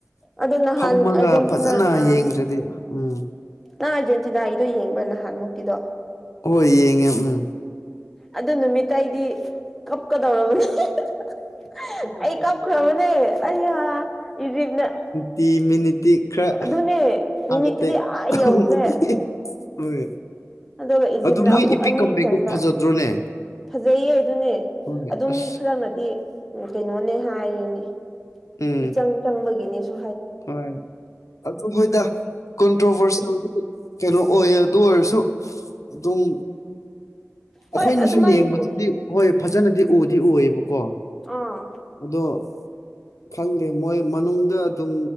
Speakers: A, in the centre; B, on the left.
A: ꯑꯗꯣ ꯅꯍꯥꯟ
B: ꯐꯝꯃꯒ
A: ꯑꯥꯔꯖꯦꯟꯇꯤꯅꯥ
B: ꯐꯖꯅ
A: ꯑꯥ
B: ꯌꯦꯡꯗ꯭ꯔꯗꯤ ꯎꯝ
A: ꯅꯪ ꯑꯥꯔꯖꯦꯟꯇꯤꯅꯥꯒꯤꯗꯣ ꯌꯦꯡꯕ ꯅꯍꯥꯟꯃꯨꯛꯀꯤꯗꯣ
B: ꯍꯣꯏ ꯌꯦꯡꯉꯦ ꯎꯝ
A: ꯑꯗꯨ ꯅꯨꯃꯤꯠꯇ ꯑꯩꯗꯤ ꯀꯞꯀꯗꯧꯔꯕꯅꯦ <unintelligible> <unintelligible> ꯑꯩ ꯀꯞꯈ꯭ꯔꯕꯅꯦ ꯑꯩꯌꯥ ꯏꯖꯤꯞꯅ
B: ꯇꯤ ꯃꯤꯅꯤꯇꯤ ꯈꯔ
A: ꯑꯗꯨꯅꯦ ꯃꯤꯅꯤꯠꯇꯨꯗꯤ
B: ꯍꯥꯔꯠ ꯑꯦꯇꯦꯛ
A: ꯑꯥ
B: <unintelligible>
A: ꯌꯧꯈ꯭ꯔꯦ
B: ꯍꯣꯏ
A: ꯑꯗꯨꯒ ꯏꯖꯤꯞꯅ
B: ꯑꯗꯨ ꯃꯣꯏ
A: ꯑꯃꯨꯛ
B: ꯏꯄꯤꯛ
A: ꯑꯅꯤ
B: ꯀꯝꯕꯩꯛꯇꯣ
A: ꯆꯟꯕ
B: ꯐꯖꯗ꯭ꯔꯣꯅꯦ
A: ꯐꯖꯩꯌꯦ ꯑꯗꯨꯅꯦ
B: ꯍꯣꯏ
A: ꯑꯗꯨ
B: ꯑꯁ
A: ꯃꯤ ꯈꯔꯛꯅꯗꯤ ꯀꯩꯅꯣꯅꯦ ꯍꯥꯏꯔꯤꯅꯦ
B: ꯎꯝ
A: ꯃꯤꯆꯪ ꯆꯪꯕꯒꯤꯅꯤꯁꯨ
B: ꯍꯣꯏ ꯑꯗꯨ ꯍꯣꯏꯗ ꯀꯣꯟꯇ꯭ꯔꯣꯚꯔꯁꯤꯜ ꯀꯩꯅꯣ ꯑꯣꯏꯌꯦ ꯑꯗꯨ ꯑꯣꯏꯔꯁꯨ ꯑꯗꯨꯝ
A: ꯍꯣꯏ
B: ꯑꯩꯈꯣꯏꯅꯁꯨ
A: ꯑꯗꯨꯃꯥꯏꯅꯁꯨ
B: ꯌꯦꯡꯕꯗꯗꯤ ꯍꯣꯏ ꯐꯖꯅꯗꯤ ꯎꯗꯤ ꯎꯌꯦꯕꯀꯣ
A: ꯑꯥ
B: ꯑꯗꯣ ꯈꯪꯗꯦ ꯃꯣꯏ ꯃꯅꯨꯡꯗ ꯑꯗꯨꯝ